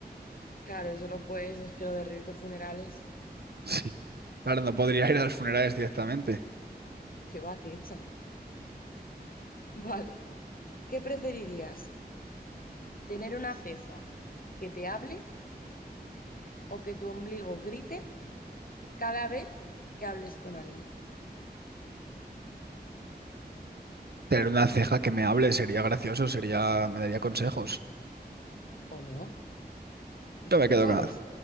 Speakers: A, on the left (about 55°); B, on the right (about 70°).
A: Claro, eso lo puedes, es que lo de reírte en funerales,
B: Sí. Claro, no podría ir a los funerales directamente.
A: qué va, te echa. Vale, ¿qué preferirías? Tener una ceja que te hable o que tu ombligo grite cada vez que hables con alguien.
B: Tener una ceja que me hable sería gracioso, sería, me daría consejos.
A: ¿O no? Pues
B: Yo
A: no
B: me quedo
A: lo sabes.
B: con la,